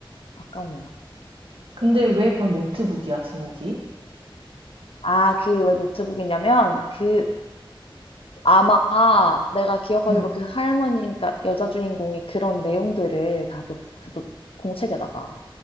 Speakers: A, on the left (about 85°); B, on the right (about 85°).
A: 아까운 영화.
B: 근데 왜 그럼 노트북이야, 제목이?
A: 아, 그 왜 노트북이냐면 그 아마 내가 기억하기로
B: 응,
A: 그 할머니, 그러니까 여자 주인공이 그런 내용들을 다 노, 그 노, 공책에다가